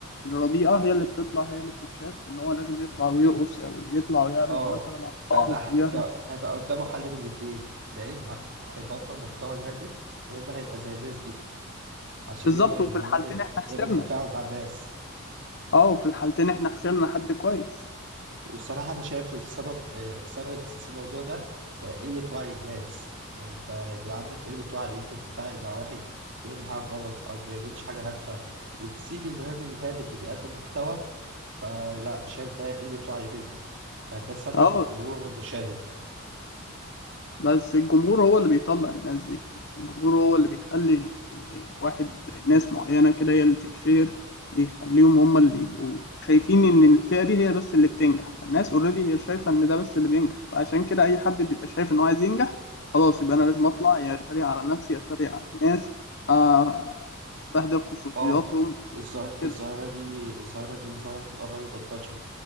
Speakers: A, on the left; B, on the right.
A: الرديئة هي اللي بتطلع هي اللي بتتشاف إن هو لازم يطلع ويرقص أو يطلع ويعرض
B: أه
A: مثلا مع
B: فيبقى
A: صحابه
B: ح-
A: أو يعرض
B: ف- هيبقى قدامه حل من الاتنين يا إما هيبطل محتوى الهادف يا إما هيبقى زي الناس دي عشان
A: بالظبط
B: يقدر يعمل
A: وفي الحالتين إحنا خسرنا
B: يعمل تفاعل مع الناس
A: أه وفي الحالتين إحنا خسرنا حد كويس
B: والصراحة أنا شايف السبب آه، السبب الأساسي في الموضوع ده بقى قلة وعي الناس يعني أنت يبقى عندك قلة وعي أنت تتفاعل مع واحد بيعمل حاجة غلط أو بيعملش حاجة هادفة وتسيب الراجل الهادف اللي بيقدم محتوى فلا شايف ده قلة وعي منك فده سبب
A: أه
B: الجمهور المشاهد
A: بس الجمهور هو اللي بيطلع الناس دي يعني الجمهور هو اللي بيخلي إن واحد زي ناس معينة كده هي اللي تتشير بيخليهم هم اللي يبقوا شايفين إن الفئة دي هي بس اللي بتنجح فالناس أوريدي هي شايفة إن ده بس اللي بينجح فعشان كده أي حد بيبقى شايف إن هو عايز ينجح خلاص يبقى أنا لازم أطلع يا أتريق على نفسي يا أتريق على الناس آه بهدل خصوصياتهم
B: اه الظاهرة
A: كده
B: الظاهرة دي الظاهرة دي ظهرت من قريب انتشرت